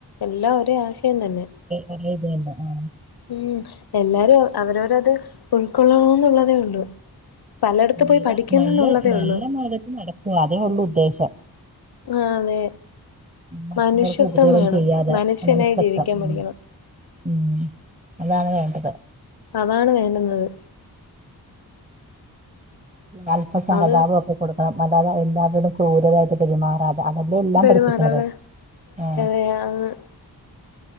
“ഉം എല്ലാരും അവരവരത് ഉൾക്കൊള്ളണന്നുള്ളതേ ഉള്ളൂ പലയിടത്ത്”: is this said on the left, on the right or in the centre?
Left